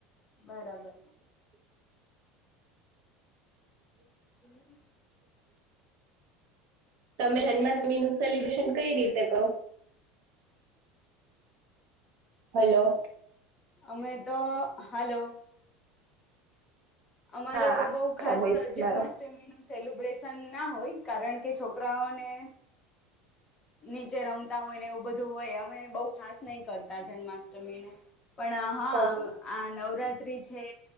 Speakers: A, on the left (about 20°); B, on the right (about 50°).
A: બરાબર. હમ્મ.
B: તમે જન્માષ્ટમી નું સેલિબ્રેશન કઈ રીતે કરો? હલો.
A: અમે તો હાલો. અમારે
B: હા
A: તો બઉ ખાસ
B: આ બોલ
A: જન્માષ્ટમીનું
B: મારો
A: સેલુ બ્રેશન ના હોય કારણ કે છોકરાઓને નીચે રમતા હોય ને એવું બધું હોય અમેય બઉુ ખાસ નહી કરતા જન્માષ્ટમીનું. પણ હા
B: ઓકે
A: આ નવરાત્રી છે